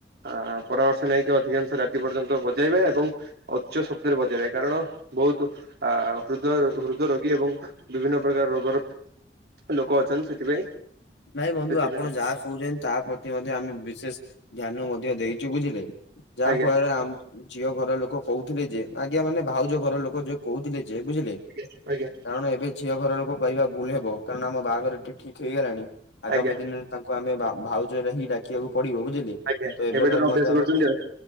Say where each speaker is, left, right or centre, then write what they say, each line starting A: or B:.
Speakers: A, on the right; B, on the left.
A: ଅ ପରାମର୍ଶ ନେଇକି ଅଧିକାଂଶ ରାତି ପର୍ଯ୍ୟନ୍ତ ବଜେଇବେ ଏବଂ ଉଚ୍ଚ ଶବ୍ଦରେ ବଜେଇବେ କାରଣ ବହୁତ ଆ ହୃଦୟ ହୃଦ ରୋଗୀ ଏବଂ ବିଭିନ୍ନ ପ୍ରକାର ରୋଗର ଲୋକ ଅନ୍ ସେଥିପାଇଁ ସେଥିପାଇଁ
B: ନାଇଁ ବନ୍ଧୁ ଆପଣ ଯାହା ତା ପ୍ରତି ମଧ୍ୟ ଆମେ ବିଶେଷ ଧ୍ୟାନ ମଧ୍ୟ ଦେଇ ଚୁକୁଥିଲେ ଯାହା
A: ଆଜ୍ଞା
B: ଫଳରେ ଝିଅ ଘର ଲୋକ କହୁଥିଲେ ଯେ ଆଜ୍ଞା ମାନେ ଭାଉଜ ଘର ଲୋକ ଯିଉ କହୁଥିଲେ ଯେ ବୁଝିଲେ।
A: ଆଜ୍ଞା ଆଜ୍ଞା।
B: କାରଣ ଏବେ ଝିଅ ଘର ଲୋକ କହିବା ଭୁଲ ହେବ କାରଣ ଆମ ବାହାଘର ଟିକେ ଠିକ୍ ହେଇଗଲାଣି ଆଗାମୀ
A: ଆଜ୍ଞା
B: ଦିନରେ ତାଙ୍କୁ ଆମେ ଭାଉଜ ରେ ହିଁ ଡାକିବାକୁ ପଡିବ ବୁଝିଲେ।
A: ଆଜ୍ଞା
B: ତ
A: ଏବେଠାରୁ ଅଭ୍ୟାସ
B: ମଧ୍ୟ ଆମେ
A: କରୁଛନ୍ତି ଆଉ।